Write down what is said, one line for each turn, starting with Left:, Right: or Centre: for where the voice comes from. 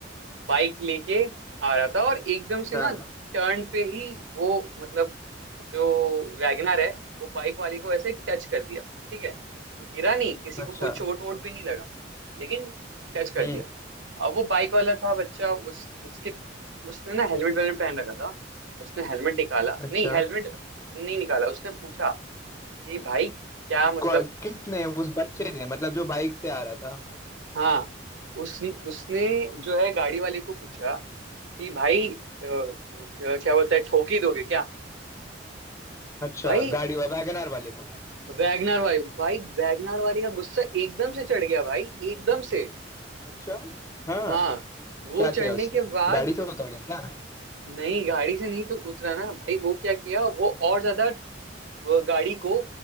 Right: बाइक लेके आ रहा था और एकदम से
Left: हाँ
Right: ना टर्न पे ही वो मतलब जो वैगनर है वो बाइक वाले को ऐसे टच कर दिया ठीक है गिरा नहीं किसी
Left: अच्छा
Right: को कोई चोट वोट भी नहीं लगा लेकिन टच कर
Left: हम्म
Right: दिया अब वो बाइक वाला था बच्चा उस उसके उसने ना हेलमेट वेलमेट पहन रखा था उसने हेलमेट निकाला
Left: अच्छा
Right: नहीं हेलमेट नहीं निकाला उसने पूछा कि भाई क्या
Left: कौ-
Right: मतलब
Left: किसने उस बच्चे ने मतलब जो बाइक से आ रहा था
Right: हाँ उस उसने जो है गाड़ी वाले को पूछा कि भाई अ, अ, क्या बोलता है ठोक ही दोगे क्या
Left: अच्छा
Right: भाई
Left: गाड़ी वैगनर वाले को भाई
Right: वैगनर वाली भाई वैगनर वाली का गुस्सा एकदम से चढ़ गया भाई एकदम से
Left: अच्छा हाँ
Right: हाँ वो
Left: क्या किया
Right: चढ़ने
Left: उसने
Right: के बाद
Left: गाड़ी से उतर गया क्या
Right: नहीं गाड़ी से नहीं तो उतरा ना भाई वो क्या किया वो और ज्यादा वो गाड़ी को